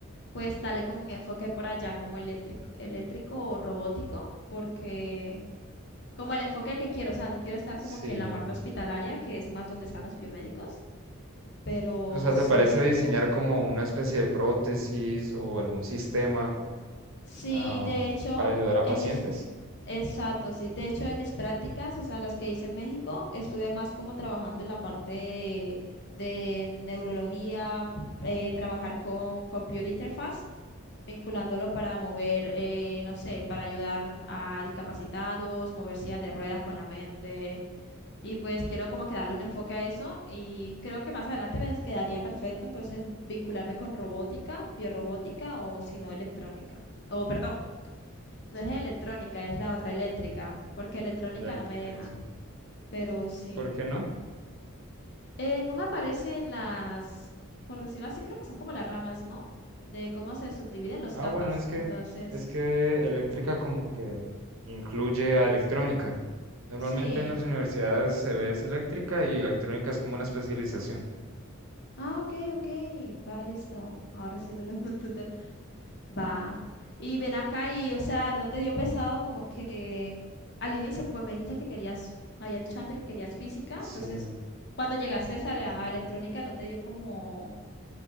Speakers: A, on the left (about 50°); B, on the right (about 70°).
A: pues dale como un enfoque por allá, como eléctrico, eléctrico o robótico, porque como el enfoque que quiero, o sea, no quiero estar
B: Sí.
A: como que en la parte hospitalaria, que es más donde están los biomédicos, pero
B: O sea,
A: sí,
B: ¿te parece diseñar como una especie de prótesis o algún sistema,
A: sí,
B: am,
A: de hecho,
B: para ayudar a pacientes?
A: en mis Exacto, sí. De hecho, en mis prácticas, o sea, las que hice en México, estuve más como trabajando en la parte de, de neurología, eh, trabajar con computer interface, vinculándolo para mover, eh, no sé, para ayudar a discapacitados, mover sillas de ruedas con la mente. Y pues quiero como que darle un enfoque a eso y creo que más adelante me quedaría perfecto, entonces vincularme con robótica, biorrobótica o si no electrónica, o perdón, no es electrónica, es la otra eléctrica, porque electrónica
B: Eléctrica,
A: no me deja,
B: sí.
A: pero sí.
B: ¿Por qué no?
A: Eh, no me aparecen las, por decirlo así, creo que son como las ramas, ¿no? De cómo se subdividen los
B: Ah,
A: campos,
B: bueno, es que
A: entonces,
B: es que eléctrica como que incluye a electrónica. Normalmente
A: sí.
B: en las universidades se ve es eléctrica y electrónica es como una especialización.
A: Ah, ok, ok, va, listo. Ahora sí lo logro <laughs> entender. Va. Y ven acá y, o sea, ¿no te dio pesado como que al inicio, pues me dijiste que querías, me habías dicho antes que querías física,
B: Sí,
A: entonces, cuando llegaste
B: sí,
A: a
B: sí,
A: la
B: sí.
A: a electrónica, ¿no te dio como...